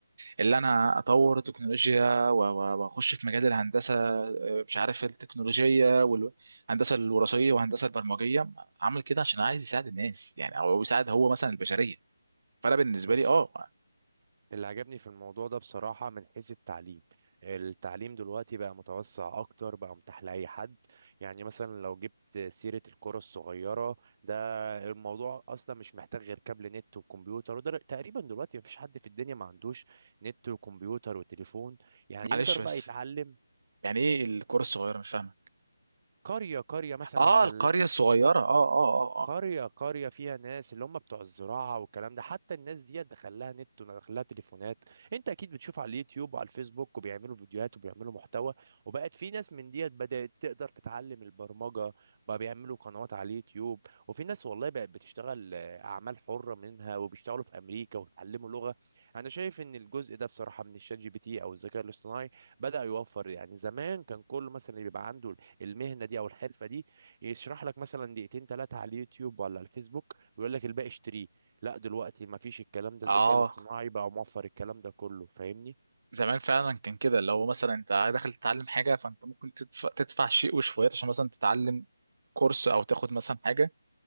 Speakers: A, on the right; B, on the right.
A: اللي انا اطور تكنولوجيا و- و- واخش في مجال الهندسه آه، مش عارف التكنولوجيه والهندسه الوراثيه والهندسه البرمجيه عامل كده عشان عايز يساعد الناس يعني او يساعد هو مثلا البشريه فانا بالنسبه
B: بص
A: لي اه
B: اللي عجبني في الموضوع ده بصراحة من حيث التعليم التعليم دلوقتي بقى متوسع أكتر بقى متاح لأي حد يعني مثلا لو جبت سيرة الكرة الصغيرة ده الموضوع أصلا مش محتاج غير كابل نت وكمبيوتر وده تقريبا دلوقتي مفيش حد في الدنيا ما عندوش نت وكمبيوتر وتليفون يعني
A: معلش
B: يقدر بقى
A: بس
B: يتعلم
A: يعني ايه الكره الصغيره مش فاهمه
B: قرية قرية مثلا
A: اه
B: فلاح
A: القريه الصغيره اه اه اه
B: قرية قرية فيها ناس اللي هم بتوع الزراعة والكلام ده حتى الناس دي دخلها نت ودخلها تليفونات انت اكيد بتشوف على اليوتيوب وعلى الفيسبوك وبيعملوا فيديوهات وبيعملوا محتوى وبقت في ناس من ديت بدأت تقدر تتعلم البرمجة بقى بيعملوا قنوات على اليوتيوب وفي ناس والله بقت بتشتغل آه، أعمال حرة منها وبيشتغلوا في أمريكا وبيتعلموا لغة أنا شايف إن الجزء ده بصراحة من الشات جي بي تي أو الذكاء الاصطناعي بدأ يوفر يعني زمان كان كل مثلا اللي بيبقى عنده المهنة دي أو الحرفة دي يشرح لك مثلا دقيقتين ثلاثه على اليوتيوب ولا على الفيسبوك ويقول لك الباقي اشتريه لا دلوقتي ما فيش الكلام ده
A: اه
B: الذكاء الاصطناعي
A: اه
B: بقى موفر الكلام ده كله فاهمني
A: زمان فعلا كان كده اللي هو مثلا انت داخل تتعلم حاجه فانت ممكن تدفع, تدفع شيء وشويات عشان مثلا تتعلم كورس او تاخد مثلا حاجه